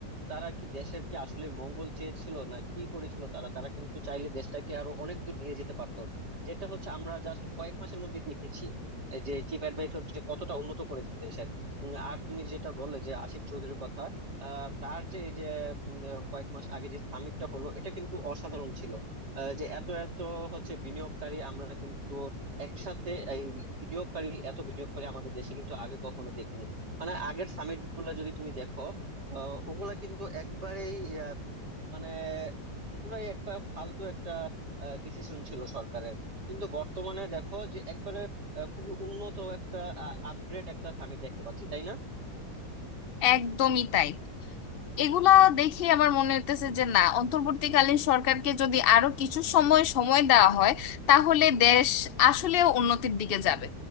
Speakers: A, on the right; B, on the left.
A: তারা কি দেশের কি আসলে মঙ্গল চেয়েছিল না কি করেছিল তারা তারা কিন্তু চাইলে দেশটাকে আরো অনেক দূর নিয়ে যেতে পারতো যেটা হচ্ছে আমরা জাস্ট কয়েক মাসের মধ্যে দেখেছি এই যে চিফ অ্যাডভাইজার যে কতটা উন্নত করেছে দেশের উম, আর তুমি যেটা বললে যে আশিক চৌধুরীর কথা আহ, তার যে এই যে উম, আহ, কয়েক মাস আগে যে সামিটটা হলো এটা কিন্তু অসাধারণ ছিল আহ, যে এত এত হচ্ছে বিনিয়োগকারী আমরা কিন্তু একসাথে এই বিনিয়োগকারী এত বিনিয়োগকারী আমাদের দেশে কিন্তু আগে কখনো দেখিনি মানে আগের সামিট গুলো যদি তুমি দেখো আহ, ওগুলা কিন্তু একবারেই আহ, মানে পুরাই একটা ফালতু একটা ডিসিশন ছিল সরকারের কিন্তু বর্তমানে দেখো যে একবারে আহ, খুবই উন্নত একটা আপগ্রেড একটা সামিট দেখতে পাচ্ছি তাই না
B: একদমই তাই এগুলা দেখে আমার মনে হইতেছে যে না অন্তর্বর্তীকালীন সরকারকে যদি আরো কিছু সময় সময় দেওয়া হয় তাহলে দেশ আসলে উন্নতির দিকে যাবে